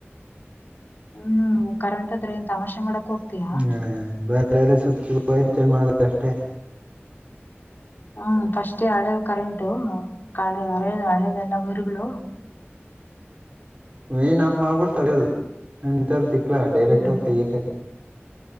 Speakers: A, on the left; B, on the right.
A: ಹ್ಮ್ ಕರೆಂಟ್ ಆದ್ರೆ ಏನ್ ತಮಾಷೆ ಮಾಡಕ್ ಹೋಗ್ತಿಯಾ.
B: ಹ್ಮ ಬೇರೆಲ್ಲಾ ಸ್ವಿಚ್ ವೈರ್ ಚೆಂಜ್ ಮಾಡೋದು ಅಷ್ಟೇ.
A: ಹ್ಮ್ ಫಸ್ಟೇ ಹಳೆವು ಕರೆಂಟು ಹಳೆ ಹಳ ಹಳೆದೆಲ್ಲ ವೈರ್ ಗಳು.
B: ಮೇನ್ ಆಫ್ ಮಾಡಿ ತಡೆಯೋದು ನಾನೇನು ನಿಂತರೆ ತಿಕ್ಲಾ ಅಲ್ಲಾ ಡೈರೆಕ್ಟ್
A: ಹ್ಮ್
B: ಹೋಗಿ ಕೈ ಇಕ್ಕಕ್ಕೆ.